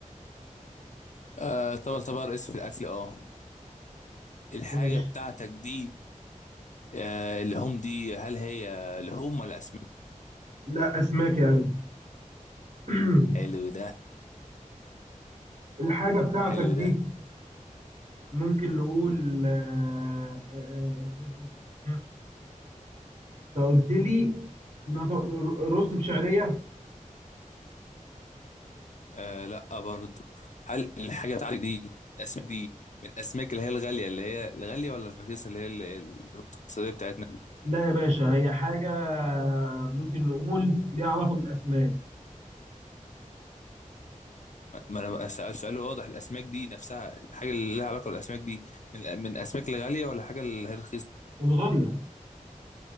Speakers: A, on the left; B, on the right.
A: آه طبعا طبعا رئيس في الاكل اه الحاجه
B: ماشي
A: بتاعتك دي آه اللحوم دي هل هي لحوم ولا اسماك
B: لا اسماك يا قلبي <clears throat>
A: حلو ده
B: الحاجة بتاعتك
A: حلو
B: دي
A: ده
B: ممكن نقول آه، آه، آه، آه، انت قلت لي نط- رز بشعرية
A: آه لا برضو هل الحاجه بتاعتك دي الاسماك دي من الاسماك اللي هي الغاليه اللي هي الغاليه ولا الرخيصه اللي هي ال- ال- الاقتصاديه بتاعتنا
B: لا يا باشا هي حاجة ممكن نقول ليها علاقة بالأسماك
A: ما انا بقى سأل سؤال واضح الاسماك دي نفسها الحاجه اللي لها علاقه بالاسماك دي من من الاسماك الغاليه ولا الحاجه اللي هي الرخيصه
B: الغالية